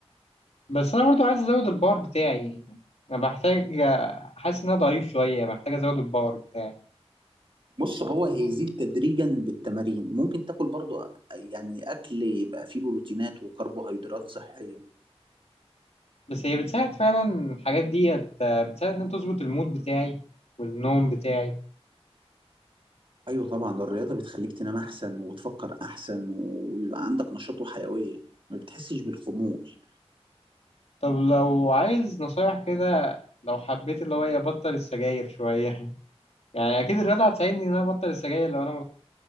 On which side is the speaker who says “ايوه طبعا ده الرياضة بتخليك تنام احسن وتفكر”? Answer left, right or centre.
Right